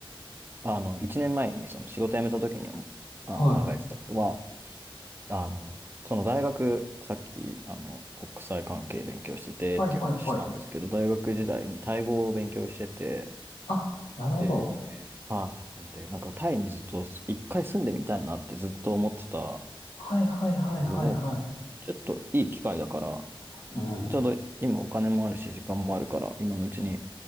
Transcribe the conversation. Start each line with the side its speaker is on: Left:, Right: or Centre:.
Right: あの、一年前にその仕事辞めた時に思あの考えてたことは、
Left: はい。
Right: あの、その大学、さっき、あの、国際関係勉強しててっていう話したんですけど、
Left: はいはいはい。
Right: 大学時代にタイ語を勉強してて、
Left: あ、なるほど。
Right: で、はい。なんで、なんかタイにずっと一回住んでみたいなってずっと思ってた
Left: はいはいはいはいはい。
Right: のを、ちょっといい機会だから、
Left: うん。
Right: ちょうど今お金もあるし、時間もあるから、今のうちに